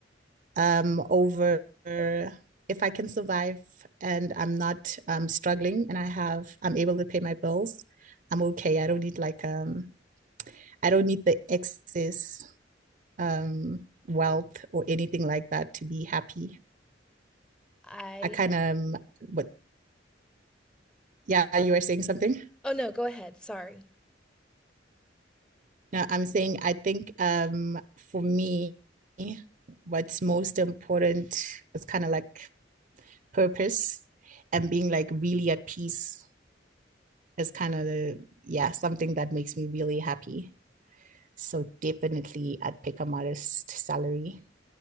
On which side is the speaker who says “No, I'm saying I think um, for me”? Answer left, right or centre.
Right